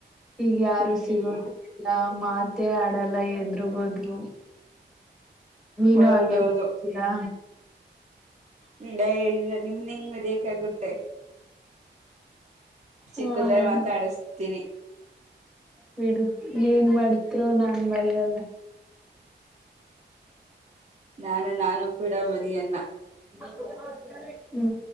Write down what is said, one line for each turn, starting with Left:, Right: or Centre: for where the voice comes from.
Centre: ಈಗ ಯಾರು
Right: ಹ್ಮ್
Centre: ಸಿಗೋದು ಲ್ಲ ಮಾತೇ ಆಡಲ್ಲ ಎದರುಗ್ೋದ್ರು ನೀನು
Right: ಹೌದೌದು
Centre: ಹಂಗೇತಯಾ
Right: ಹ ಇಲ್ಲ ನಿಮ್ ನಿಂಗ್ ಬರಿ ಆಗುತ್ತೆ ಚಿಕ್ಕದ್ರ
Centre: ಹ್ಮ
Right: ಮಾತಾಡಸ್ತೀನಿ
Centre: ಬಿಡು ನೀ ಏನ್ ಮಾಡ್ತ್ರು ನಾನ್ ಮರಯಲ್ಲ
Right: ನಾನ ನಾನು ಕೂಡ ಮರೆಯಲ್ಲ.
Centre: <unintelligible>